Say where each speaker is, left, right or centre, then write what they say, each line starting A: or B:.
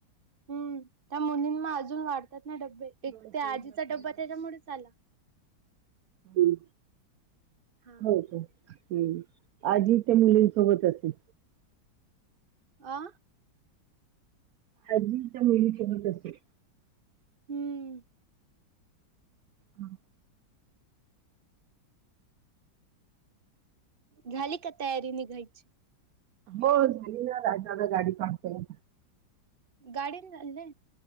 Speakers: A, on the right; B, on the right.
A: हम्म त्या मुलींना अजून वाढतात ना डब्बे एक
B: दोन चेन
A: ते आजीचा
B: हम्म,
A: डब्बा त्याच्यामुळेच आला.
B: हंम
A: हा
B: हो काय. हमं आजी त्या मुलींसोबत असेल.
A: आ.
B: आजी त्या मुलीसोबत असेल.
A: हंम.
B: हा.
A: झाली की तयारी निघायची.
B: हो झालीना, दादाग गाडी काढतोय.
A: गाडीने चालले.